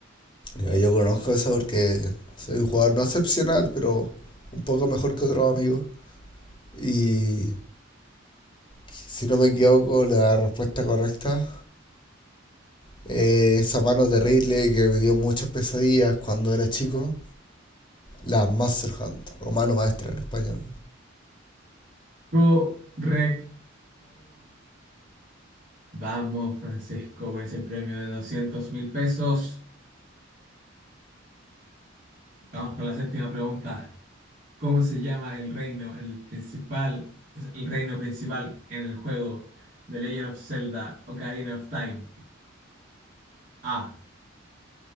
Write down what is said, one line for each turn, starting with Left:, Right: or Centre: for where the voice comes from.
Left: eh, yo conozco eso porque soy un jugador no excepcional, pero un poco mejor que otros amigos. Y si no me equivoco, la respuesta correcta es esa mano terrible que me dio muchas pesadillas cuando era chico, la Master Hand, o mano maestra en español.
Right: Correcto. Vamos, Francisco, por ese premio de doscientos mil pesos. Vamos con la séptima pregunta. ¿Cómo se llama el reino, el principal, el reino principal en el juego The Legend of Zelda Ocarina of Time? A.